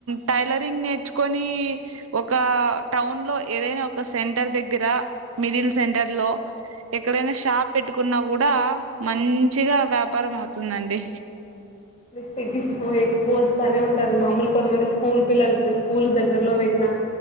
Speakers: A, on the right; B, on the left.
A: టైలరింగ్ నేర్చుకొని ఒక టౌన్లో ఏదైనా ఒక సెంటర్ దగ్గర మిడిల్ సెంటర్లో ఎక్కడైనా షాప్ పెట్టుకున్నా కూడా మంచిగా వ్యాపారం అవుతుందండి
B: సిటీ ఎక్కువ వస్తానే ఉంటాది మామలు కొంతమంది స్కూల్ పిల్లలు ఇడు స్కూల్ దగ్గరలో పెట్టినా